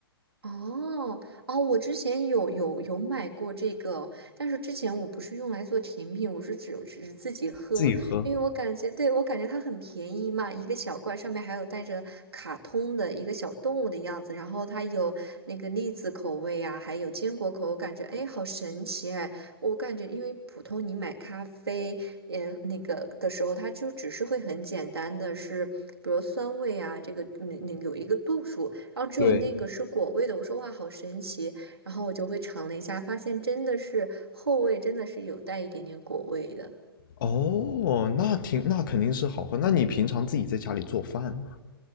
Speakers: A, on the right; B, on the left.
A: 哦哦，我之前有有有买过这个，但是之前我不是用来做甜品，我是只只是自己喝，
B: 自己喝。
A: 因为我感觉，对，我感觉它很便宜嘛，一个小罐上面还有带着卡通的一个小动物的样子，然后它有那个栗子口味啊，还有坚果口，我感觉哎，好神奇哎，我感觉因为普通你买咖啡也那个的时候，它就只是会很简单的是，比如酸味啊，这个嗯那个有一个度数。然后只有那个是果味的。
B: 对，
A: 我说哇，好神奇！然后我就会尝了一下，发现真的是后味真的是有带一点点果味的。
B: 哦，那挺那肯定是好喝。那你平常自己在家里做饭吗？